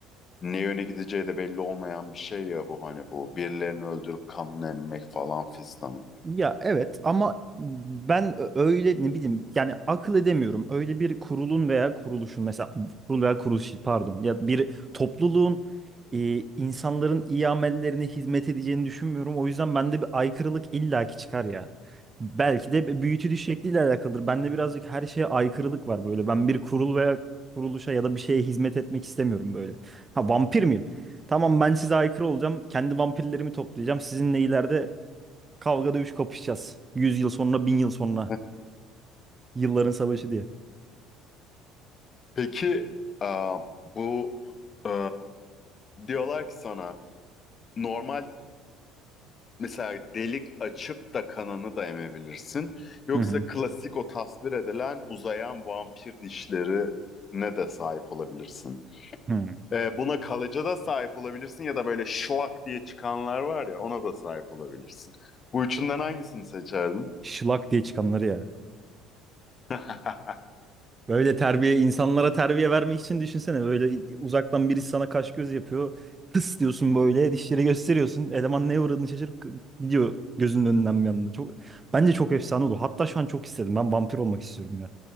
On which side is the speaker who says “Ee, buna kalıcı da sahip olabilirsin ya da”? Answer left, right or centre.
Left